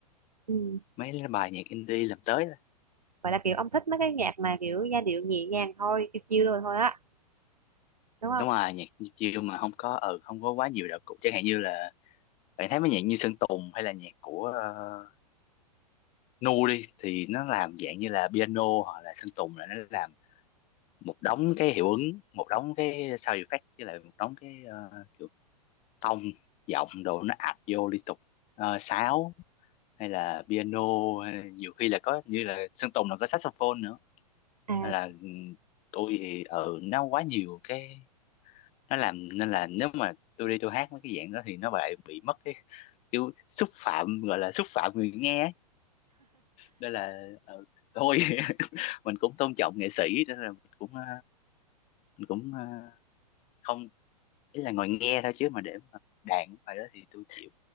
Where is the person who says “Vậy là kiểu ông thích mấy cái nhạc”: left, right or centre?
Right